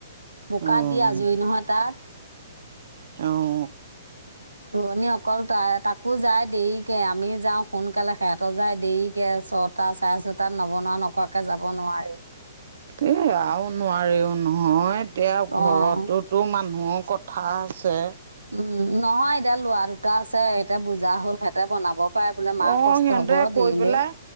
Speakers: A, on the right; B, on the right.
A: বোকাত
B: অ',
A: দিয়া আজুৰি নহয় তাত।
B: অঁ।
A: ৰোৱনি অকল তাই তাকো যায় দেৰিকে আমি যাওঁ সোনকালে সিহঁতৰ যায় দেৰিকে চত তাত চাই আছো তাত নবনা নকোৱাকে যাব নোৱাৰি।
B: এ, আৰু নোৱাৰেও নহয় এতিয়া
A: অ
B: ঘৰতো তো মানুহৰ কথা আছে।
A: উম, নহয় এতিয়া লৰা দুটা আছে এতিয়া বুজা হ'ল সিহঁতে বনাব পাই বোলে মাৰ
B: অ',
A: কষ্ট
B: সিহঁতে
A: হব
B: কৈ
A: দেৰিলে।
B: পেলাই